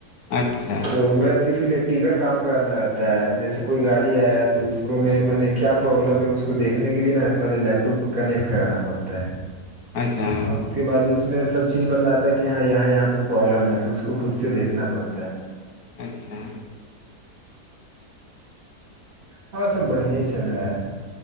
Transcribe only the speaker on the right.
تو م صرف الیکٹریکل کام کرنا رہتا ہے جیسے کوئی گاڑی آیا تو اس کو میں کیا پرابلم ہے اس کو دیکنے کے لیے ن پہے لیپ ٹاپ کو کنیکٹ کرانا پڑا
اور اس کے بعد اس میں سب چیز بتاتا ہے کہ ہاں یہاں یہاں پہ پرابلم ہے تو اس کو خود سے دیکھنا پڑتا ہے
ہاں سب بڑیا ہی چل رہا